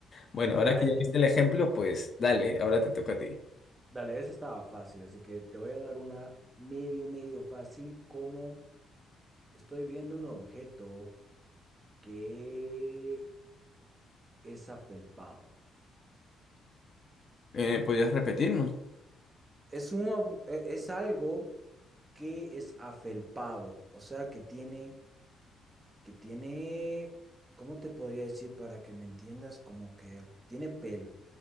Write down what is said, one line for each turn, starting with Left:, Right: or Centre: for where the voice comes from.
Left: Bueno,
Right: No,
Left: ahora que
Right: ese-
Left: ya viste el ejemplo,
Right: eh,
Left: pues dale, ahora te toca a ti.
Right: dale, ese estaba fácil, así que te voy a dar una medio, medio fácil, como estoy viendo un objeto que es afelpao.
Left: Eh, ¿podrías repetirnos?
Right: Es un ob- e- es algo que es afelpado, o sea, que tiene, que tiene, ¿cómo te podría decir para que me entiendas? Como que tiene pelo.